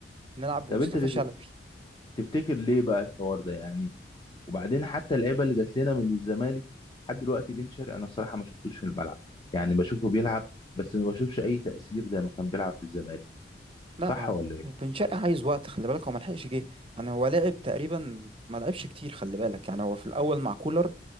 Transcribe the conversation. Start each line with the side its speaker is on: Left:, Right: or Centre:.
Right: نلعب بمصطفى
Left: طب أنت تف-
Right: شلبي
Left: تفتكر ليه بقى الحوار ده يعني وبعدين حتى اللعيبه اللي جات لنا من الزمالك لحد دلوقتي بن شرقي انا الصراحه ما شفتوش في الملعب يعني بشوفه بيلعب بس ما بشوفش اي تاثير زي ما كان بيلعب في الزمالك
Right: لا
Left: صح
Right: اهو
Left: ولا ايه
Right: وبن شرقي عايز وقت خلي بالك هو ملحقش جه يعني هو لعب تقريبا ما لعبش كتير خلي بالك يعني هو في الاول مع كولر